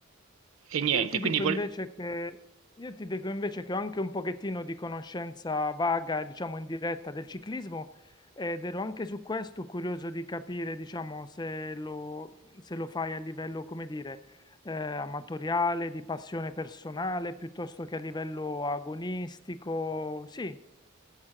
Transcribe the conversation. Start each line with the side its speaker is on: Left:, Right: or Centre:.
Right: e niente,
Left: Io ti dico
Right: quindi vol-
Left: invece che, io ti dico invece che ho anche un pochettino di conoscenza vaga, diciamo indiretta, del ciclismo ed ero anche su questo curioso di capire, diciamo, se lo, se lo fai a livello, come dire, eh, amatoriale, di passione personale, piuttosto che a livello agonistico. Sì,